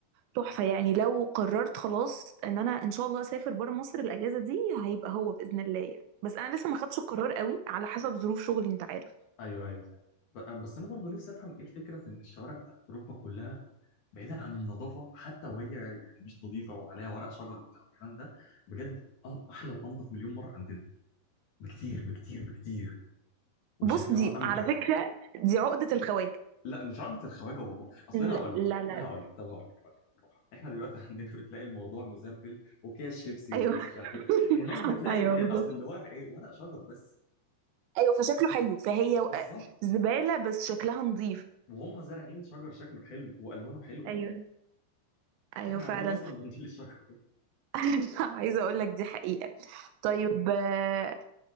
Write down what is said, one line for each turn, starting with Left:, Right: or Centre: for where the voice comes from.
Right: تحفة يعني لو قررت خلاص إن أنا إن شاء الله أسافر برا مصر الأجازة دي هيبقى هو بإذن الله يعني بس أنا لسه ما خدتش القرار قوي على حسب ظروف شغلي أنت عارف
Left: ايوه ايوه فعلا ب- بس انا برضو نفسي افهم ايه الفكره في ان الشوارع بتاعت اوروبا كلها بعيدا عن النظافه حتى وهي يعني مش نظيفه وعليها ورق شجر وبتاع والكلام ده بجد أن- احلى وانظف مليون مره عندنا بكتير بكتير بكتير وشكلها
Right: بص دي
Left: امتع
Right: على فكرة دي عقدة الخواجة
Left: لا مش عادة الخواجه والله اصل انا هقول
Right: لا لا
Left: لك
Right: لا
Left: انا
Right: لا.
Left: هقول لك طب هقول لك هقول لك بالراحه احنا دلوقتي <laughs> عندنا بتلاقي الموضوع مزبل وكيس شيبسي وكيس
Right: أيوه
Left: مش عارف ايه هناك
Right: <laughs>
Left: بتلاقي
Right: أيوه
Left: ال-
Right: بالظبط
Left: اصل اللي واقع ايه ورق شجر بس
Right: أيوه فشكله حلو فهي
Left: بالظبط
Right: زبالة بس شكلها نظيف
Left: وهم زارعين شجر شكله حلو والوانه حلوه
Right: ايوه ايوه
Left: احنا
Right: فعلا
Left: عندنا اصلا بنشيل الشجر
Right: <laughs> عايزه اقول لك دي حقيقه طيب آه،